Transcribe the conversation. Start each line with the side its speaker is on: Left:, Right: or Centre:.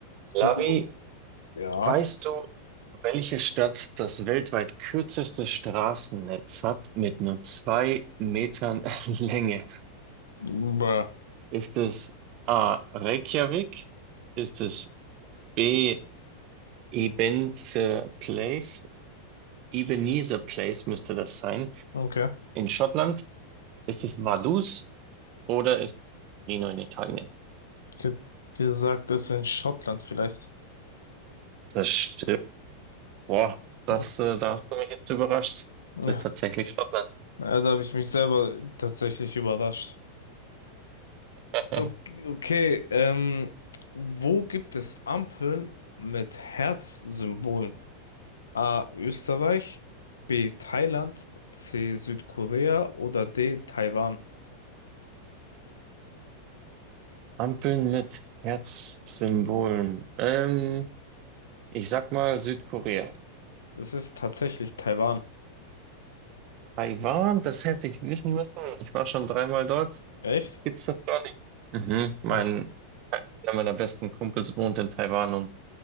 Left: So,
Right: Lavi,
Left: ja.
Right: weißt du, welche Stadt das weltweit kürzeste Straßennetz hat mit nur zwei Metern <laughs> Länge?
Left: Bruh.
Right: Ist es A. Reykjavik? Ist es B. Ebenezer Place? Ebenezer Place müsste das sein
Left: Okay.
Right: in Schottland. Ist es Vaduz oder ist es Torino in Italien?
Left: Ich hätte gesagt, das ist in Schottland vielleicht.
Right: Das stimmt. Boah, das,
Left: Hm.
Right: äh, da hast du mich jetzt überrascht. Es ist
Left: Ja.
Right: tatsächlich Schottland.
Left: Also habe ich mich selber tatsächlich überrascht.
Right: <laughs>
Left: Okay, okay, ähm, wo gibt es Ampeln mit Herzsymbolen? A. Österreich, B. Thailand, C. Südkorea oder D. Taiwan?
Right: Ampeln mit Herzsymbolen. Ähm, ich sag mal Südkorea.
Left: Das ist tatsächlich Taiwan.
Right: Taiwan, das hätte
Left: Hm,
Right: ich wissen müssen. Ich war schon dreimal dort.
Left: Echt?
Right: Gibt's das gar nicht? Mhm. Mein,
Left: <laughs>
Right: einer meiner besten Kumpels wohnt in Taiwan und